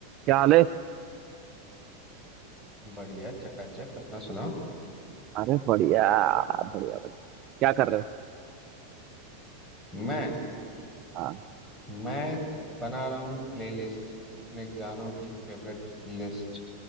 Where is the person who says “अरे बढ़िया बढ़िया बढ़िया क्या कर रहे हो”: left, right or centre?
Right